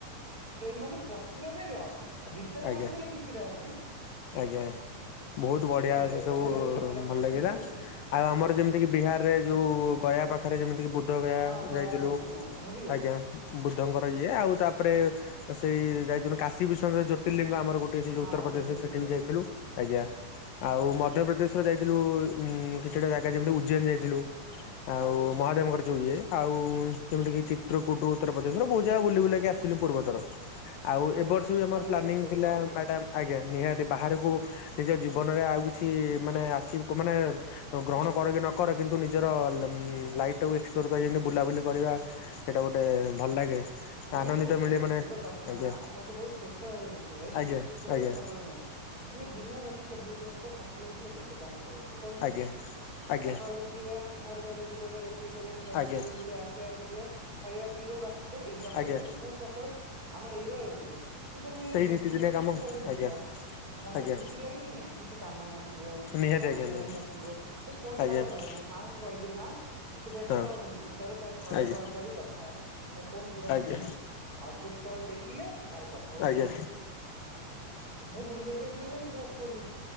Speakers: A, on the right; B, on the left.
A: ପେ ମାନ୍ଦି ପଶିବା ପାଇଁ ରସ୍ ଆଉ ଭିତରେ
B: ଆଜ୍ଞା
A: ପଶିଗଲେ କିଛି ରସ୍ ନାଇଁ।
B: ଆଜ୍ଞା ବୋହୁତ ବଢ଼ିଆ
A: ଲାଗେ
B: ସେ ସବୁ
A: ବଢିଆ ଲାଗେ ମଥୁରା ଫଥୁରା
B: ଭଲ ଲାଗଲା।
A: ମୁଁ ବି ବୁଲିଛି।
B: ଆ ଆଉ ଆମର ଯେମତି କି ବିହାରରେ ଯୋଉ ଗୟା ପାଖରେ ଯେମିତି କି ବୁଦ୍ଧ ଗୟା
A: ହଁ
B: ଯାଇଥିଲୁ।
A: କାଶୀନାଥ ମୁଁ ବି ଯାଇଛି
B: ଆଜ୍ଞା ବୁଦ୍ଧଙ୍କର ଇଏ ଆଉ ତାପରେ
A: ହଁ
B: ଅ ସେଇ ଯାଇଥିନୁ କାଶୀ ବିଶ୍ଵନାଥ ଜୋତିର୍ଲିଙ୍ଗ ଆମର ଗୋଟେ ସେଉ ଯୋଉ
A: ହଁ
B: ଉତ୍ତରପଦେଶରେ
A: ଜ୍ୟୋତିର୍ବିଲିଙ୍ଗ
B: ସେଠି ବି ଯାଇଥିଲୁ।
A: ହଁ
B: ଆଜ୍ଞା ଆଉ ମଧ୍ୟପ୍ରଦେଶର ଯାଇଥିଲୁ ଉଁ କିଛିଟା ଜାଗା ଯେମିତି ଉଜ୍ଜୈନ ଯାଇଥିଲୁ ଆଉ
A: ଆଜ୍ଞା।
B: ମହାଦେବଙ୍କର ଯୋଉ ଇଏ। ଆଉ ଯେମିତି କିି ଚିତ୍ରକୂଟ ଉତ୍ତରପଦେଶର ବୋହୁ ଜାଗା ବୁଲି ବୁଲାକି ଆସଥିଲି ପୂର୍ବଥର। ଆଉ
A: ବହୁତ
B: ଏ ବର୍ଷ ବି ଆମର
A: ଭଲ
B: ପ୍ଲାନିଂ
A: ଲାଗିଥିବ
B: ଥିଲା
A: ଅନୁଭୂତି।
B: ମ୍ୟାଡ଼ାମ୍। ଆଜ୍ଞା ନିହାତି ବାହାରକୁ ନିଜ ଜୀବନରେ ଆଉ କିଛି ମାନେ ଆଚିଭ୍ କ ମାନେ ଗ୍ରହଣ କର କି ନକର କିନ୍ତୁ ନିଜର ଲଁ ଲାଇଫ ଟାକୁ ଏକ୍ସପ୍ଲୋର କରି ଏମିତି ବୁଲାବୁଲି କରିବା। ଏଟା ଗୋଟେ ଭଲ ଲାଗେ।
A: ନିହାତି
B: ଆନନ୍ଦିତ
A: ଭାଇ
B: ମିଳେ ମାନେ
A: ଗୋଟେ କଥା
B: ଆଜ୍ଞା
A: ଆପଣ ତ ବୋହୁତ ଛୋଟ ହେବେ ମୋଠୁ ଭାଇ।
B: ଆଜ୍ଞା
A: ଗୋଟେ
B: ଆଜ୍ଞା
A: କଥା ସବୁବେଳେ ମ ଆମେ ଦିନ ରାତି ଚବିଶ ଘଣ୍ଟା ସଖାଳୁ ଉଠିଲେ ଗୋ ଟେ କାମ କରୁଚେ, କରୁଚେ
B: ଆଜ୍ଞା
A: କି ନା?
B: ଆଜ୍ଞା
A: ସଖାଳୁ ଉଠିବା ଘର ଝାଡ଼ୁ ବୁଲେଇବା ରୋଷେଇ କରିବା ଛୁଆ
B: ଆଜ୍ଞା
A: ସ୍କୁଲ୍ ଯିବେ ଆସ୍ ପିଆ ପିଇବା ଖାଇବା ପିଇବା ବାସନ୍ ଦୋ ଏଇ କାମରେ
B: ଆଜ୍ଞା
A: ସଇଲେ। ପୁଣି ସକାଳୁ ଆମର ଏଇ ଭଳିଆ ରୋଟି ଯଦି ଆମେ
B: ସେଇ
A: ଦି
B: ନୀତିଦିନିଆ
A: ତିନି ଦିନ
B: କାମ
A: କୁଆଡ଼େ ଯିବା
B: ଆଜ୍ଞା
A: ମନଟା
B: ଆଜ୍ଞା
A: ଖୁସି ଲାଗେ କି ନାଇଁ? କିଛି କାମ ନଥିବ
B: ନିହାତି
A: କାହା
B: ଆଜ୍ଞା
A: ଫୋନ୍
B: ନିହାତି
A: ନଥିବ। ମୁଁ ଫୋନ୍ କାହାର
B: ଆଜ୍ଞା
A: ଧରେ ନା। ମାଙ୍କୁ କହିଦିଏ ମା ତୁ ବ୍ୟସ୍ତ
B: ହଁ
A: ହବୁନୁ ମୁଁ ତତେ ତ ଥରେ
B: ଆଜ୍ଞା
A: କଲ୍ କରି କଥା ହେବି। ମୋ ଫୋନ୍ ତ
B: ଆଜ୍ଞା
A: ସାଇଲେନ୍ସ ହୁଏ ଅର୍ଜେନ କଲ୍ ଦେଖିଲେ କାର କଥା ହୁଏ
B: ଆଜ୍ଞା
A: ନହେଲେ ନାଇଁ। ମୁଁ ବୁଲିବା ପାଇଁକି ମାନେ ପୁରା ଫୁଲ୍